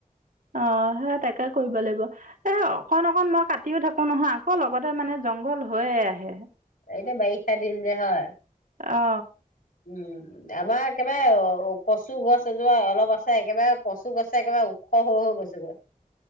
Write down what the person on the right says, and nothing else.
অ সেই তাকে কৰিব লাগিব এ অকন অকন মই কাটিও থাকো নহয় আকৌ লগতে মানে জংঘল হৈয়ে আহে।
অ।